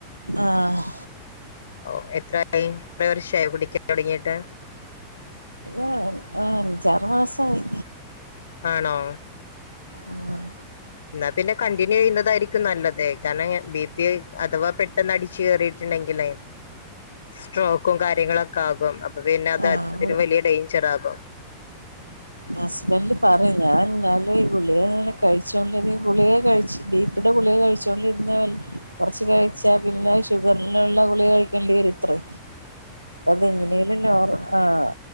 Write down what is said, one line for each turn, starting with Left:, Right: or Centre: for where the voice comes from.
Right: ആഹ്
Left: ഓഹ് എത്രായി എത്ര വർഷവായി കുടിക്കാൻ തുടങ്ങിയിട്ട്
Right: ആഹ് അഞ്ചാറു മാസമായി
Left: ആണോ
Right: ഉം
Left: എന്നാ പിന്നെ കണ്ടിന്യൂ ചെയ്യുന്നതായിരിക്കും നല്ലതേ കാരണം ബി പി അഥവാ പെട്- ട്ടെന്ന് അടിച്ചു കയറിയിട്ടുണ്ടെങ്കിലേ സ്ട്രോക്കും കാര്യങ്ങളൊക് ക്കാകും അപ്പൊ പിന്നെ അത്
Right: ആഹ്
Left: അതിലും വലിയ ഡെയിഞ്ചർ ആകും
Right: ഹസ്ബന്റ് പറയും ഞാൻ എന്നാല് ഈ ഗുളിയെങ്ങനെ കഴിച്ചോണ്ട്ത്ഈ ഗുളിയെ കഴിച്ചു ബി പിയുടെ ഗുളിക കഴിച്ചുകൊണ്ടിരുന്നാൽ കുറച്ച് കഴിച്ചാൽ പിന്നെ ഷുഗറിനുള്ള കുളിക കഴിക്കേണ്ടി വരുത്രേ
Left: <inaudible>
Right: അതെങ്ങനേലും നോർ ആഹ്